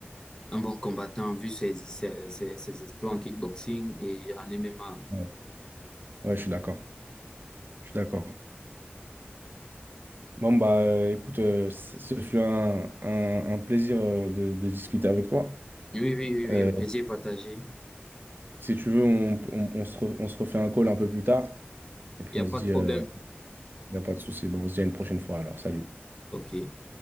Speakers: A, on the left (about 20°); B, on the right (about 55°).
A: un bon combattant vu ses, ses, ses, ses exploits en kickboxing et en MMA.
B: Ouais, Ouais, je suis d'accord. Je suis d'accord. Bon, bah, euh, écoute, euh, ce ce fut un, un, un plaisir euh, de, de discuter avec toi.
A: Oui, oui, oui, oui.
B: Euh,
A: Le plaisir est partagé.
B: si tu veux, on, on, on se re- on se refait un call un peu plus tard. Et puis,
A: Il n'y
B: on
A: a pas
B: se dit,
A: de problème.
B: il n'y a pas de souci. Bon, on se dit à une prochaine fois. Alors, salut.
A: OK.